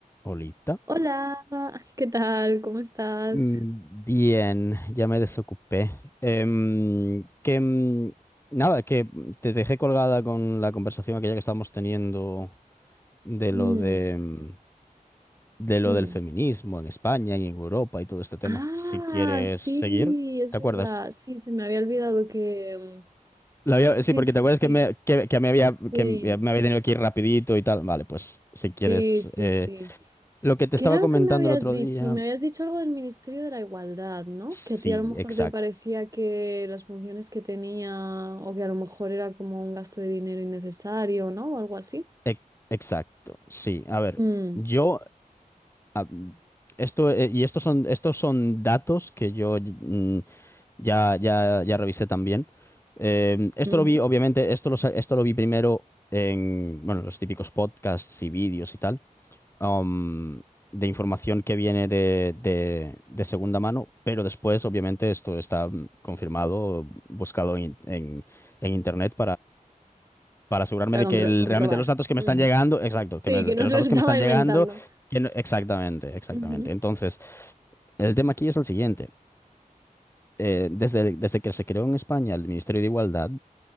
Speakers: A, on the left; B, on the right.
A: Olita.
B: Hola, ¿qué tal? ¿Cómo estás?
A: Mm, Bien, ya me desocupé. Em, que mm, nada, que te dejé colgada con la conversación aquella que estábamos teniendo de
B: Mm,
A: lo de mm, de lo
B: mm.
A: del feminismo en España y en Europa y todo este tema.
B: Ah,
A: Si quieres
B: sí,
A: seguir,
B: es
A: ¿te
B: verdad.
A: acuerdas?
B: Sí, se me había olvidado que... mm,
A: La había-
B: Sí,
A: sí, porque
B: sí,
A: te acuerdas
B: sí,
A: que me, que, que me había,
B: sí,
A: que me había tenido que ir rapidito y tal. Vale, pues si quieres.
B: sí, sí,
A: eh,
B: sí.
A: lo que te
B: ¿Qué
A: estaba
B: era lo
A: comentando
B: que me habías
A: el otro
B: dicho?
A: día.
B: Me habías dicho algo del Ministerio de la Igualdad, ¿no?
A: Sí,
B: Que a ti a lo mejor
A: exacto.
B: te parecía que las funciones que tenía o que a lo mejor era como un gasto de dinero innecesario, ¿no? O algo así.
A: Ec- Exacto, sí. A ver,
B: Mm,
A: yo a- esto eh, y estos son estos son datos que yo mm, ya ya ya revisé también. Eh, esto
B: ujú.
A: lo vi, obviamente, esto lo sa- esto lo vi primero en bueno los típicos podcasts y vídeos y tal um, de información que viene de, de de segunda mano, pero después, obviamente, esto está mm, confirmado, buscado en, en en internet para asegurarme
B: Para
A: de
B: contra-
A: que el-
B: comprobar.
A: realmente los datos que
B: Ujú.
A: me están llegando, exacto,
B: Sí,
A: que, me-
B: que no
A: que los
B: se
A: datos
B: lo estaba
A: que me están
B: inventando.
A: llegando, que no- exactamente, exactamente.
B: Ujú,
A: Entonces, el tema aquí es el siguiente. Eh, desde, desde que se creó en España el Ministerio de Igualdad,